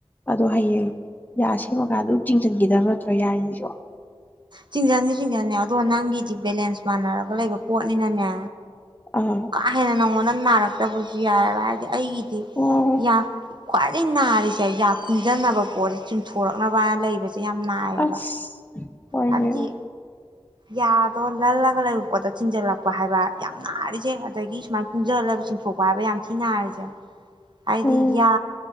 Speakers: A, on the left; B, on the right.
A: ꯑꯗꯣ ꯍꯌꯦꯡ ꯌꯥ ꯁꯦꯝꯃꯀꯥꯟꯗ ꯆꯤꯡꯁꯤꯟꯈꯤꯗꯕ ꯅꯠꯇ꯭ꯔꯣ ꯌꯥꯔꯤꯁꯦ <inaudible>
B: ꯆꯤꯡꯖꯟꯅꯤ ꯆꯤꯡꯖꯅꯤ ꯑꯗꯣ ꯅꯪꯒꯤ ꯗꯤ ꯕꯦꯂꯦꯟꯁ ꯃꯥꯟꯅꯔꯒ ꯂꯩꯕ ꯄꯣꯠꯅꯤꯅꯅꯦ
A: ꯑꯥ
B: ꯀꯥ ꯍꯦꯟꯅ ꯅꯪꯉꯣꯟꯗ ꯃꯔꯛ ꯑꯕꯁꯨ ꯌꯥꯏꯑꯦꯕ ꯑꯩꯒꯤꯗꯤ
A: ꯑꯣ
B: ꯌꯥ ꯈ꯭ꯋꯥꯏꯗꯒꯤ ꯅꯥꯔꯤꯁꯦ ꯌꯥ ꯈꯨꯡꯖꯤꯟꯅꯕ ꯄꯣꯠꯁꯦ ꯆꯨꯝꯊꯣꯔꯛꯅꯕ ꯂꯩꯕꯁꯦ ꯌꯥꯝ ꯅꯥꯏꯌꯦꯕ
A: ꯑꯁ ꯑꯣꯏꯗꯤ
B: ꯍꯥꯏꯕꯗꯤ ꯌꯥꯗꯣ ꯂꯜꯂꯒ ꯂꯩꯕ ꯄꯣꯠꯠꯇ ꯆꯤꯡꯖꯜꯂꯛꯄ ꯍꯥꯏꯕ ꯌꯥꯝ ꯅꯥꯔꯤꯁꯦ ꯑꯗꯒꯤ ꯁꯨꯃꯥꯏꯅ ꯀꯨꯝꯖꯜꯂꯕ ꯆꯤꯡꯊꯣꯛꯄ ꯍꯥꯏꯕ ꯌꯥꯝ ꯊꯤ ꯅꯥꯔꯤꯁꯦ ꯑꯩꯗꯤ
A: ꯎꯝ
B: ꯌꯥ